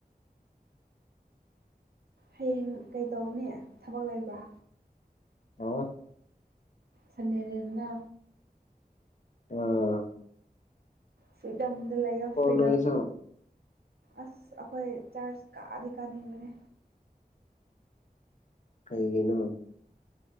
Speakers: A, on the right (about 75°); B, on the left (about 50°).
A: ꯍꯌꯦꯡ ꯀꯩꯇꯧꯅꯦ ꯊꯕꯛ ꯂꯩꯕ꯭ꯔꯥ
B: ꯑ
A: ꯁꯟꯗꯩ ꯂꯩꯅ
B: ꯑꯝ
A: ꯐꯔꯤꯗꯝ ꯗ ꯂꯩ ꯑꯣꯐ ꯐꯔꯤꯗꯝꯝ
B: ꯅꯣꯏꯁꯨ
A: ꯑꯁ ꯑꯩꯈꯣꯏ ꯆꯔꯆ ꯀꯥꯗꯤ ꯀꯥꯅꯤꯡꯕꯅꯤ
B: ꯀꯩꯒꯤꯅꯣ